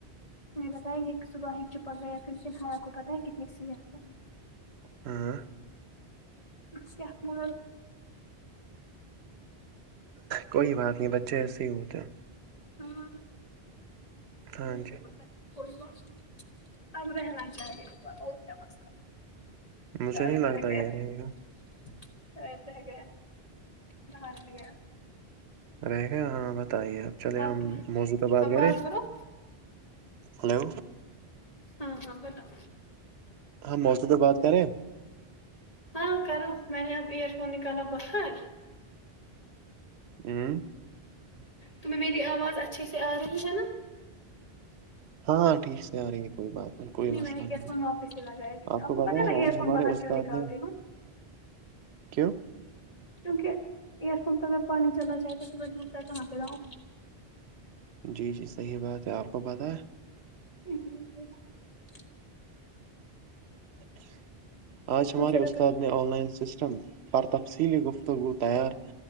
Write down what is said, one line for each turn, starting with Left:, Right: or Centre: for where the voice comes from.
Left: میں نے بتایا یہ صبح ہی چپک گیا تھا لیکن ہم کو پتا ہے کتنی سیریت ہے
Right: ہاں
Left: کیا م <inaudible>
Right: کوئی بات نہیں بچے ایسے ہی ہوتے ہیں
Left: ہاں
Right: ہاں
Left: س
Right: جی
Left: بس <inaudible> کوئیھ نہیں سم رہنا چاہیے بار اور کیا مسئلہ <inaudible>
Right: مجھے
Left: شد
Right: نہیں لگتا
Left: رہ گ
Right: یہ رہے گا
Left: <inaudible> ش ہے گ بر ہے گ
Right: رہ گیا ہاں بتائیے اب چلے
Left: آپ
Right: ہم موضوع پہ بات
Left: آپ
Right: کرے
Left: کرو
Right: ہلو
Left: ہاں ہاں بتاؤ
Right: ہاں موضوبہ بات کر رہے ہیں
Left: ہاں کرو میں نے اب ایئر فون نکالا بخر
Right: اوں
Left: تمہیں میری آواز اچھیے سے آ رہی ہے نا
Right: ہاں ٹھیک سے آ رہی ہے کوئی بات کوئی مسئلہ
Left: میں نے
Right: نہیں
Left: ایئر فون
Right: ہے
Left: واپس ہی لگایا کیونکہ
Right: آپ کو بتیا
Left: پتا ہے میں ایئر
Right: آج
Left: فون
Right: ہمارے
Left: باہر
Right: استاد
Left: کیوں نکالتی
Right: نے
Left: ہوں
Right: کیوں
Left: کیونکہ ایئر پمپ کا میں پانی چلنا چاہے تو پھر میں دور ت کہاں پہ رہا ہوں
Right: جی جی صحیح بات ہے آپ کو پتہ ہے
Left: ج ج
Right: آج ہمارے
Left: مجھے لگا
Right: استاد نے آن لائن سسٹم پر تفصیلی گفتگو تیار